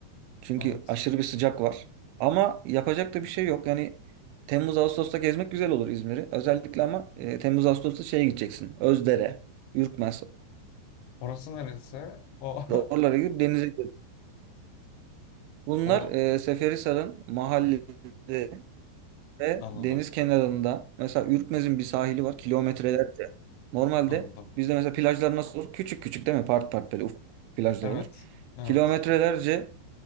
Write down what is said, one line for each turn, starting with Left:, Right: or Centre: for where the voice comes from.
Right: Çünkü
Left: Evet.
Right: aşırı bir sıcak var. Ama yapacak da bir şey yok. Yani Temmuz Ağustos'ta gezmek güzel olur İzmir'i. Özellikle ama e, Temmuz Ağustos'ta şeye gideceksin. Özdere, Ürkmez,
Left: Orası neresi? O,
Right: oralara gidip denize gir.
Left: <laughs>
Right: Bunlar
Left: o
Right: e, Seferihisar'ın mahallede ve
Left: anladım,
Right: deniz kenarında. Mesela Ürkmez'in bir sahili var kilometrelerce. Normalde
Left: anladım.
Right: bizde mesela plajlar nasıl olur? Küçük küçük değil mi? Part part böyle ufak plajlar
Left: Evet,
Right: olur.
Left: evet.
Right: Kilometrelerce